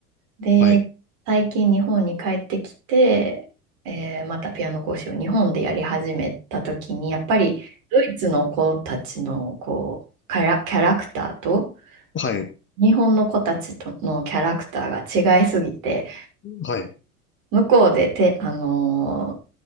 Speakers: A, on the right (about 50°); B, on the left (about 25°).
A: で、
B: はい。
A: 最近日本に帰ってきて、えーまたピアノ講師を日本でやり始めた時に、やっぱりドイツの子たちのこうキャラ、キャラクターと
B: はい。
A: 日本の子たちとのキャラクターが違いすぎて、
B: はい。
A: 向こうでて、あのー